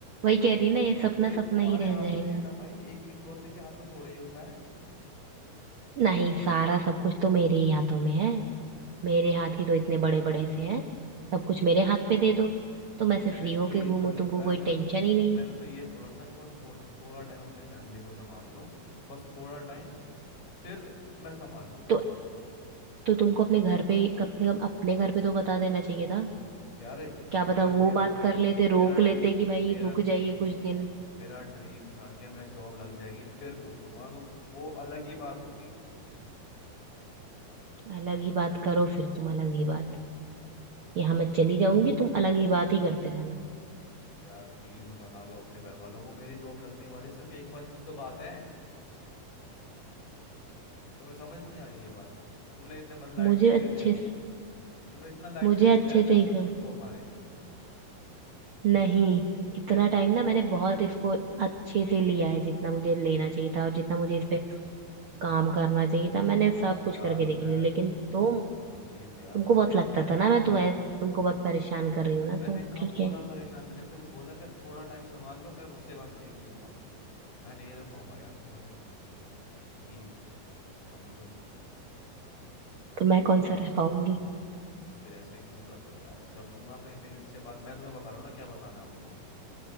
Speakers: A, on the right; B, on the left.
A: वही कह रही ना ये
B: तो
A: सपना
B: ये तो
A: सपना
B: तुम्हारे
A: ही रह
B: हाथ
A: जाएगा
B: में है ना भाई एक इकलौते के हाथ में थोड़े ही होता है
A: नहीं सारा सब कुछ तो मेरे ही हाथों में है मेरे हाथ ही तो इतने बड़े बड़े से हैं सब कुछ मेरे हाथ पे दे दो तो मैं
B: मैंने
A: से फ्री
B: तो
A: होके
B: ये
A: घूमो
B: थोड़ा ही
A: तुमको
B: खाया
A: कोई
B: मैंने
A: टेंशन
B: तो
A: ही नहीं
B: मैंने
A: है
B: तो ये बोला ना कि बस थोड़, थोड़ा टाइम अपने फैमिली को संभाल लो बस थोड़ा टाइम फिर मैं संभाल लूंगा
A: तो तो तुमको अपने घर पे कम से कम अपने घर पे तो बता देना चाहिए था
B: यार एक-
A: क्या
B: मेरा
A: पता
B: मेरा
A: वो बात
B: ड्री
A: कर लेते रोक
B: मेरा
A: लेते
B: ड्री
A: कि भाई
B: मेरा
A: रुक
B: दी
A: जाइए कुछ दिन
B: मेरा ड्रीम था कि मैं जॉब लग जाएगी फिर पूछूंगा तो वो अलग ही बात होती
A: अलग ही बात करो फिर तुम अलग ही बात यहाँ मैं चली
B: या-
A: जाऊंगी तुम अलग ही बात ही करते रहना
B: यार प्लीज मना लो अपने घर वालों को मेरी जॉब लगने वाली सिर्फ एक मंथ की तो बात है तुम्हें समझ नहीं आ रही ये बात तुमने इतने मन लाइटली
A: मुझे
B: ले
A: अच्छे
B: लिया
A: से
B: तुमने इतना लाइटली
A: मुझे
B: ले
A: अच्छे
B: लिया इस रिलेशनशिप
A: से ही समझ
B: को हमारे
A: नहीं इतना
B: फिर
A: टाइम ना मैंने बहुत इसको अच्छे से लिया है जितना मुझे लेना चाहिए था और जितना मुझे इस पे काम करना चाहिए था मैंने सब कुछ
B: यार
A: करके
B: मैं
A: देख लिया लेकिन तुम
B: प्लीज यार
A: तुमको
B: मैंने
A: बहुत लगता
B: मैं
A: था ना मैं तुम्हें
B: मैं
A: तुमको बहुत परेशान कर रही हूँ ना
B: मैंने
A: तो
B: कब
A: ठीक
B: बोला
A: है
B: परेशान मैंने सिर्फ बोला कि थोड़ा टाइम संभाल लो मैं उसके बाद देख लूंगा मैं नहीं रह पाऊंगा यार तुम्हारे बिना प्लीज समझो
A: तो मैं कौन सा रह पाऊंगी
B: तो फिर ऐसे क्यों कर रहे हो यार कर लो ना अपने पेरेंट्स के बाद मैं तुम्हें बता रहा हूँ ना क्या बताना है उनको